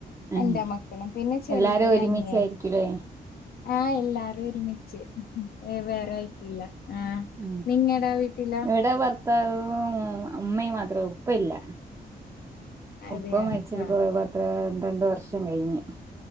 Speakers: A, on the right (about 20°); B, on the left (about 60°).
A: ആഹ്
B: എന്റെ മക്കളും പിന്നെ ചെറിയൊരു
A: എല്ലാരും ഒരുമിച്ചായിരിക്കുംല്ലേ
B: അനിയനും ആഹ് എല്ലാരും ഒരുമിച്ച് വേറെ ആയിട്ടില്ല ആ
A: ഉ
B: നിങ്ങടെ വീട്ടിലോ
A: ഇവിടെ ഭർത്താവും അമ്മയും മാത്രേ ഉപ്പല്ല
B: അതെയ
A: ഉപ്പ മരിച്ചിട്ട്
B: ആ
A: പത്ത് പന്ത്രണ്ട് വർഷം കഴിഞ്ഞ്